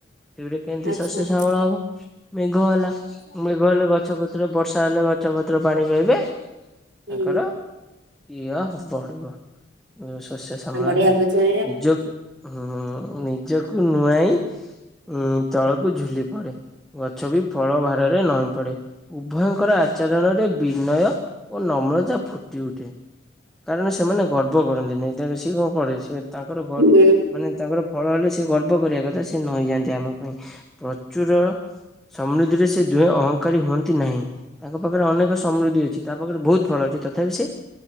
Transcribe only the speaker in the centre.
ତୁରେ କେମିତି
ଶସ୍ୟ ଶ୍ୟାମଳ ହବ ମେଘ ହେଲା ମେଘ ହେଲେ ଗଛ ପ ପତ୍ର ବର୍ଷା ହେଲେ ଗଛପତ୍ର ପାଣି ପାଇବେ
ତାଙ୍କର ଇଏ ହବ। ବଢିବ ଶସ୍ୟ ଶ୍ୟାମଳ
ହେବେ
ନିଜକୁ ହୁଁ ନିଜକୁ ନୁଆଁଇ ଉ ତଳକୁ ଝୁଲି ପଡେ। ଗଛ ବି ଫଳ ଭାରରେ ନଈଁ ପଡେ। ଉଭୟଙ୍କର ଆଚରଣରେ ବିନୟ ଓ ନମ୍ରତା ଫୁଟି ଉଠେ। କାରଣ ସେମାନେ ଗର୍ବ କରନ୍ତି ନିଇଁ, ଦେଖ ସିଏ କଣ କରେ ସେ ତାଙ୍କର ମାନେ
ତାଙ୍କର ଫଳ ହେଲେ ସେ ଗର୍ବ କରିବା କଥା ସେ ନଇଁ ଯାଆନ୍ତି ଆମ ପାଇଁ, ପ୍ରଚୁର ସମୃଦ୍ଧିରେ ସେ ଦୁହେଁ ଅହଂକାରୀ ହୁଅନ୍ତି ନାହିଁ। ତାଙ୍କ ପାଖରେ ଅନେକ ସମୃଦ୍ଧି ଅଛି ତା ପାଖରେ ବହୁତ ଫଳ ଅଛି ତଥାପି ସେ